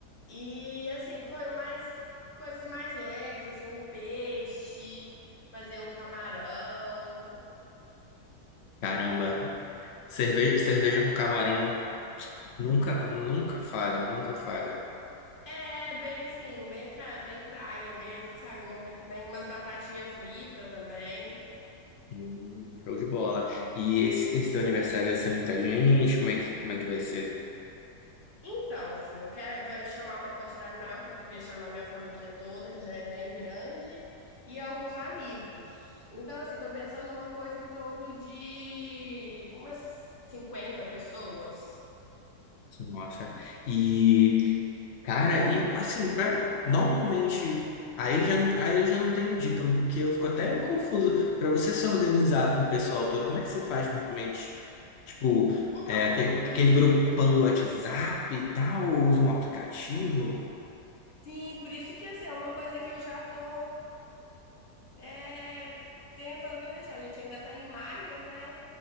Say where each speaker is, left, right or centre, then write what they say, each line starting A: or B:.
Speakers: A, on the left; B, on the left.
A: e, assim, co mais, coisas mais leves, assim, um peixe, fazer um camarão.
B: Caramba, cerveja, cerveja
A: É,
B: com camarão nunca, nunca falha, nunca falha.
A: É bem assim, bem, ca- bem praia mesmo, sabe? Um momento bem, umas batatinha frita também.
B: Hum, Show de bola. E esse, esse teu aniversário ia ser muita gente? Como é que, como é que vai ser?
A: Então, assim, eu quero vai chamar uma quantidade maior, porque eu queria chamar minha família toda, que já é bem grande, e alguns amigos. Então, assim, tô pensando numa coisa em torno de umas 50 pessoas.
B: Nossa. E, cara, e assim, pra, normalmente, aí, já, não- aí eu já não tenho dica, porque eu fico até confuso. Pra você se organizar com o pessoal todo, como é que você faz normalmente? Tipo,
A: Então,
B: é, aquele,
A: por
B: aquele
A: isso,
B: grupão do WhatsApp e tal, ou usa um aplicativo?
A: sim, por isso que assim, é uma coisa que eu já tô É, tentando planejar. A gente ainda tá em maio, né?